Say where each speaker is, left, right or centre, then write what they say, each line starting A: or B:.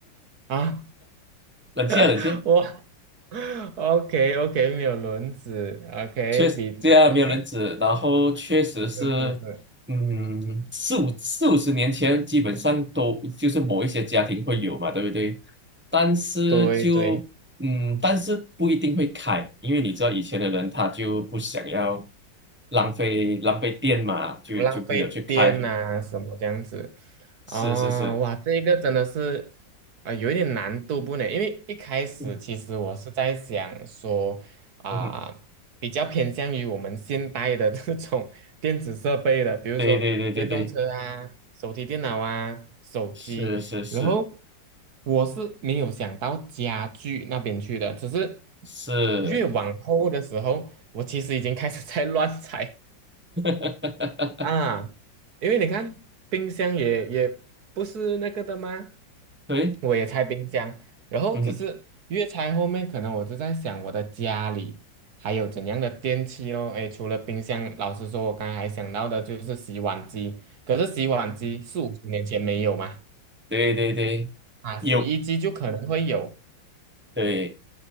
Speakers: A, on the right; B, on the right.
A: 啊，
B: 冷静啊，冷静啊。
A: <laughs> 我 <laughs> OK OK，没有轮子，OK
B: 确实这样没有人指，
A: 比 OK，
B: 然后确实是，
A: 是是是，
B: 嗯，四五四五十年前基本上都就是某一些家庭会有嘛，对不对？但是就嗯，
A: 对对。
B: 但是不一定会开，因为你知道以前的人他就不想要浪费浪费电嘛，就就没有去开。
A: 不浪费电啊，什么这样子。
B: 是是是，
A: 哦，哇，这一个真的是，啊，有一点难度不呢？因为一开始其实我是在想说，
B: 嗯
A: 啊、
B: 嗯哼
A: 比较偏向于我们现代的这种 <laughs> 电子设备的，比如说电动车啊、
B: 对对对对对，
A: 手提电脑啊、手机。
B: 是是是
A: 然后我是没有想到家具那边去的，只是
B: 是，
A: 越往后的时候，我其实已经开始在 <laughs> 乱猜
B: <laughs>
A: 啊，因为你看冰箱也也不是那个的吗？
B: 对，
A: 我也拆冰箱，然后只是越拆后面，
B: 嗯，
A: 可能我就在想我的家里还有怎样的电器咯。诶，除了冰箱，老实说，我刚才还想到的就是洗碗机，可是洗碗机四五十年前没有嘛，
B: <laughs> 对对对，
A: 啊，
B: 有。
A: 洗衣机就可能会有
B: 对，